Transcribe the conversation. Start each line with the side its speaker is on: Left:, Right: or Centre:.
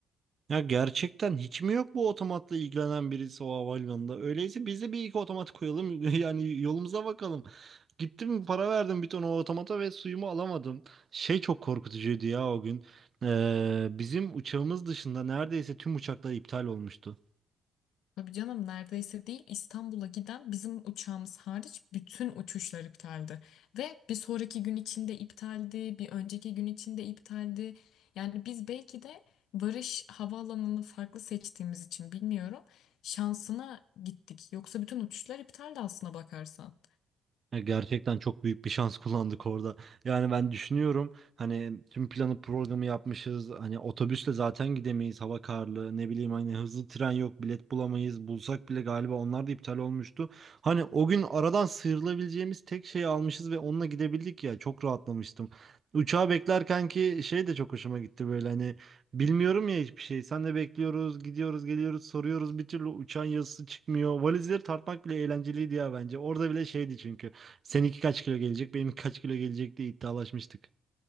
Right: Ya gerçekten hiç mi yok bu otomatla ilgilenen birisi o havalimanında? Öyleyse biz de bir iki otomat koyalım. <laughs> Yani yolumuza bakalım. Gittim para verdim bir ton o otomata ve suyumu alamadım. Şey çok korkutucuydu ya o gün. Ee, bizim uçağımız dışında neredeyse tüm uçaklar iptal olmuştu.
Left: Tabii canım neredeyse değil İstanbul'a giden bizim uçağımız hariç bütün uçuşlar iptaldi. Ve bir sonraki gün içinde iptaldi, bir önceki gün içinde iptaldi. Yani biz belki de varış havaalanını farklı seçtiğimiz için bilmiyorum şansına gittik. Yoksa bütün uçuşlar iptaldi aslına bakarsan.
Right: Ya Gerçekten çok büyük bir şans <laughs> kullandık orada. Yani ben düşünüyorum hani tüm planı programı yapmışız. Hani otobüsle zaten gidemeyiz. Hava karlı. Ne bileyim hani hızlı tren yok. Bilet bulamayız. Bulsak bile galiba onlar da iptal olmuştu. Hani o gün aradan sıyrılabileceğimiz tek şeyi almışız ve onunla gidebildik ya. Çok rahatlamıştım. Uçağı beklerken ki şey de çok hoşuma gitti böyle hani bilmiyorum ya hiçbir şey. Sen de bekliyoruz, gidiyoruz, geliyoruz, soruyoruz. Bir türlü uçağın yazısı çıkmıyor. Valizleri tartmak bile eğlenceliydi ya bence. Orada bile şeydi çünkü. Seninki kaç kilo gelecek, benim kaç kilo gelecek diye iddialaşmıştık.